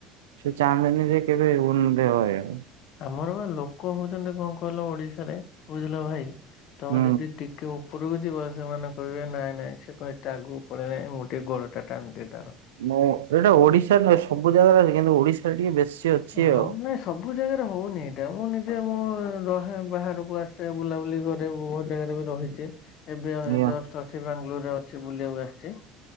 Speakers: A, on the right; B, on the left.
A: ସେ ଚାନ୍ଦାନୀରେ କେବେ ଉନ୍ନତି ହଏନି।
B: ଆମର ବା ଲୋକ ହଉଚନ୍ତି କଣ କହିଲ ଓଡିଶାରେ ବୁଝିଲ ଭାଇ ତମେ
A: ହୁଁ
B: ଯଦି ଟିକେ ଓ ଉପୁରୁକୁ ଯିବ। ସେମାନେ କହିବେ ନାଇଁ ନାଇଁ ସେ କଣ ଏତେ ଆଗୁକୁ ପଳେଇଲାଇଁ ମୁଁ ଟିକେ ଗୋଡଟା ଟାଣିଦିଏ ତାର।
A: ମୁଁ, ଏଇଟା ଓଡିଶା ହଏ ସବୁ ଜାଗାରେ ହଏ କିନ୍ତୁ ଓଡିଶାରେ ଟିକେ ବେଶୀ। ଅଛି
B: ହଁ।
A: ଆଉ।
B: ସବୁ ଜାଗାରେ ହଉନି ଏଇଟା। ମୁଁ ନିଜେ ମୋ ରହେ ବାହାରୁକୁ ଆସେ ବୁଲାବୁଲି କରେ ବହୁତ୍ ଜାଗାରେ ବି ରହିଚି। ଏବେ
A: ଆଜ୍ଞା।
B: ଜଷ୍ଟ ଅଛି ବାଙ୍ଗାଲୋରରେ ଅଛି ବୁଲିଆକୁ ଆସିଚି।